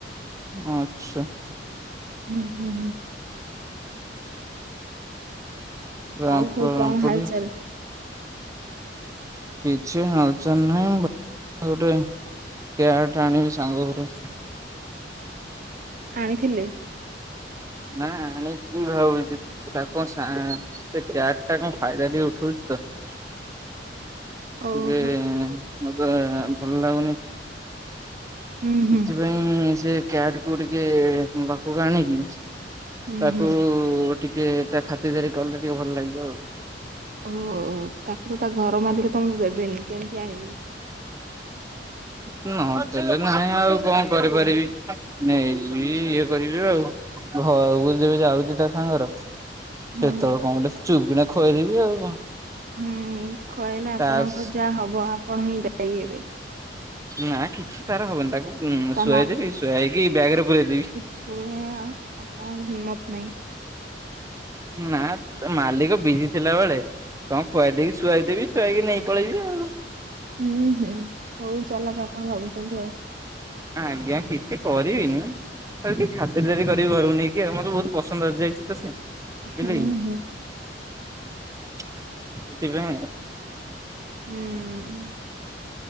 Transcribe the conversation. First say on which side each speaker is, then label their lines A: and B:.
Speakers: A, on the right (about 20°); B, on the right (about 50°).
A: ଆଛା।
B: ହୁଁ ହୁଁ ହୁଁ।
A: ରାମ୍ପଡା
B: ଆଉ ସବୁ
A: ରାମ୍ପୁଡି
B: କଣ ହାଲଚାଲ?
A: କିଛି ହାଲଚାଲ ନାହିଁ ଗୋଟେ କେଆଟ ଆଣିବି ସାଙ୍ଗ ଘରୁ
B: ଆଣିଥିଲେ?
A: ନା ଆଣିବି ଭାବୁଛି ତାକୁ <unintelligible> ସେଟା କଣ ଫାଇଦା ଟିକେ ଉଠଉଛି ତ ଟିକେ
B: ଓହୋ
A: ମତେ ଭଲ ଲାଗୁନି।
B: ହୁଁ
A: ସେଥିପାଇଁ
B: ହୁଁ।
A: ସେ କ୍ୟାଟ୍ କୁ ଟିକେ ମୋ ପାଖକୁ ଆଣିକି
B: ହୁଁ
A: ତାକୁ
B: ହୁଁ
A: ଟିକେ ତା ଖାତିର ଦାରି କଲେ ଟିକେ ଭଲ ଲାଗିବ ଆଉ।
B: ଓ ହୋ ତାକୁ ତ ତା ଘର ମାଲିକ ତମକୁ ଦେବେନି କେମିତି ଆଣିବି?
A: ନ ଦେଲେ ନାହିଁ ଆଉ କଣ କରିପାରିବି। ନେଇ ଯିବି ଇଏ କରିବି ଆଉ ଘରକୁ ଯେବେ ଯାଉଛି ତା ସାଙ୍ଗର ସେତେବେଳୁ
B: ହୁଁ
A: କଣ ଗୋଟେ ଚୁପ୍କିଣା ଖୋଇଦେବି ଆଉ
B: ହୁଁ ଖୁଆଇଲେ ଆପଣଙ୍କ
A: ତାସ୍
B: ଯାହା ହବ ଆପଣ ହିଁ ଦାୟୀ ହେବେ
A: ନା କିଛି ତାର ହବନି ତାକୁ
B: ତା
A: ଶୁଆଇଦେବି ଶୁଆଇକି ବ୍ୟାଗ୍ ରେ ପୁରେଇ ଦେବି।
B: ଛୁଇଁଆ ଆପଣଙ୍କ ହିମ୍ମତ ନାହିଁ।
A: ନା ତା ମାଲିକ ବିଜି ଥିଲା ବେଳେ କଣ ଖୁଆଇଦେଇକି ଶୁଆଇଦେବି ଶୁଆଇକି ନେଇକି ପଳେଇବି। ଆଉ।
B: ହୁଁ ହୁଁ ବହୁତ ଚାଲାକ୍ ଆପଣ ଭାବୁଛନ୍ତି ଆଉ।
A: ଆଜ୍ଞା କିଛି କରିବିନି ଖାଲି ଟିକେ ଖାତିର ଦାରି କରିିବି ଘରକୁ ନେଇକି ଆଉ ମତେ ବହୁତ ପସନ୍ଦ ଆସିଯାଇଛି ତ ସେ
B: ହୁଁ
A: ବିଲେଇ
B: ହୁଁ।
A: ସେଥିପାଇଁ
B: ଉଁ ହୁଁ।